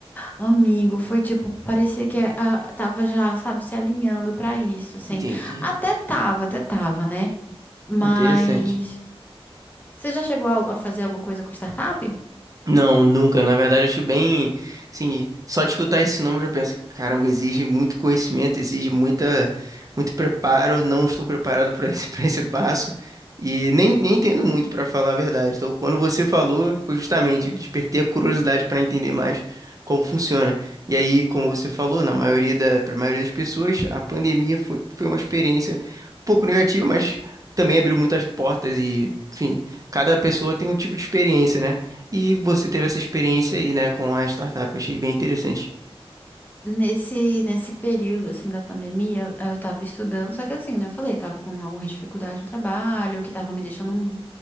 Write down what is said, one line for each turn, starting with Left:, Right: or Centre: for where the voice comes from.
Left: Amigo, foi tipo, parecia que eh, ah, tava já, sabe, se alinhando para isso, assim.
Right: Entendi.
Left: Até tava, até tava, né? Mas
Right: Interessante.
Left: você já chegou a a fazer alguma coisa com startup?
Right: Não, nunca. Na verdade, acho bem, assim, só de escutar esse nome eu já penso, caramba, exige muito conhecimento, exige muita, muito preparo. Não estou preparado para esse, <laughs> para esse passo e nem, nem entendo muito para falar a verdade. Então, quando você falou, foi justamente eu despertei a curiosidade para entender mais como funciona. E aí, como você falou, na maioria da, para a maioria das pessoas, a pandemia foi, foi uma experiência um pouco negativa, mas também abriu muitas portas e, enfim, cada pessoa tem um tipo de experiência, né? E você teve essa experiência aí, né, com a startup. Eu achei bem interessante.
Left: Nesse, nesse período, assim, da pandemia, eu tava estudando, só que assim, né, eu falei, tava com algumas dificuldades no trabalho, que tava me deixando